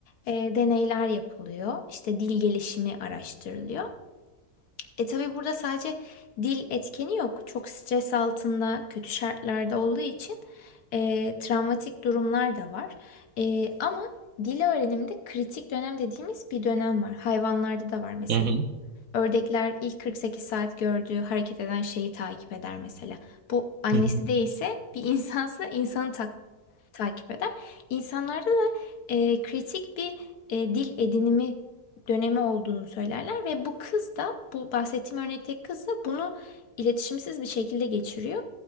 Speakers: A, on the left; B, on the right.
A: e, deneyler yapılıyor. İşte dil gelişimi araştırılıyor. E tabii burada sadece dil etkeni yok. Çok stres altında, kötü şartlarda olduğu için e, travmatik durumlar da var. E, ama dil öğreniminde kritik dönem dediğimiz bir dönem var. Hayvanlarda da var mesela.
B: Hı hı.
A: Ördekler ilk 48 saat gördüğü hareket eden şeyi takip eder mesela. Bu annesi
B: Hı hı.
A: değilse bir insansa insanı tak- takip eder. İnsanlarda da e, kritik bir e, dil edinimi dönemi olduğunu söylerler ve bu kız da bu bahsettiğim örnekteki kız da bunu iletişimsiz bir şekilde geçiriyor.